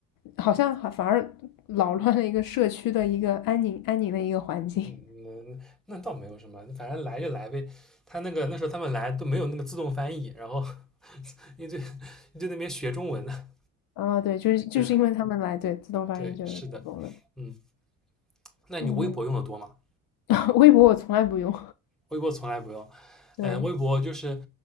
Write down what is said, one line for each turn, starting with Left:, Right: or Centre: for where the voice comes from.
Left: 好像还反而扰乱了一个社区的一个安宁安宁的一个环境。
Centre: 嗯，那那倒没有什么，反正来就来呗。他那个那时候他们来都没有那个自动翻译，然后 <laughs> 你就一堆 <laughs> 那边学中文呢。
Left: 啊，对，就是就是因为他们来，
Centre: 对啊
Left: 对，自动翻译就是成功的。
Centre: 对，是的，嗯，那你微博用的多吗？
Left: 嗯，<laughs> 微博我从来不用。
Centre: 微博从来不用。
Left: 对
Centre: 嗯，微博就是